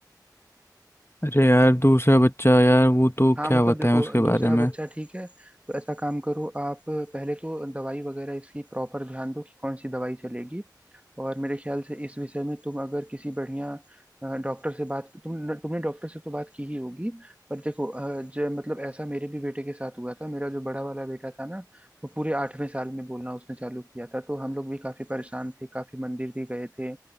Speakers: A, on the left; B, on the right.
A: अरे यार दूसरा बच्चा यार वो तो
B: हाँ
A: क्या
B: मतलब
A: बताएं
B: देखो
A: उसके बारे
B: दूसरा
A: में
B: बच्चा ठीक है तो ऐसा काम करो आप पहले तो दवाई वगैरह इसकी प्रॉपर ध्यान दो कि कौन सी दवाई चलेगी और मेरे ख्याल से इस विषय में तुम अगर किसी बढ़िया अ, डॉक्टर से बात तुम तुमने डॉक्टर से तो बात की ही होगी पर देखो अ, जो मतलब ऐसा मेरे भी बेटे के साथ हुआ था मेरा जो बड़ा वाला बेटा था ना वो पूरे आठवें साल में बोलना उसने चालू किया था तो हम लोग भी काफी परेशान थे काफी मंदिर भी गए थे